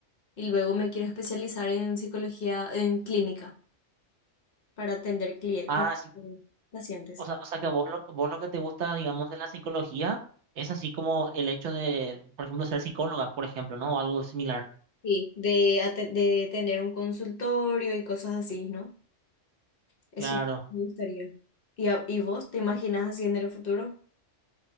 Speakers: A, on the left; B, on the right.
A: y luego me quiero especializar en psicología, en clínica, para atender clientes,
B: ah,
A: para
B: sí.
A: eh, pacientes.
B: O sea, o sea que vos lo, vos lo que te gusta, digamos, de la psicología es así como el hecho de, por ejemplo, ser psicóloga, por ejemplo, ¿no? O algo similar.
A: Sí, de, aten- de tener un consultorio y cosas así, ¿no? Eso
B: Claro.
A: me gustaría. ¿Y, a- y vos te imaginas así en el futuro?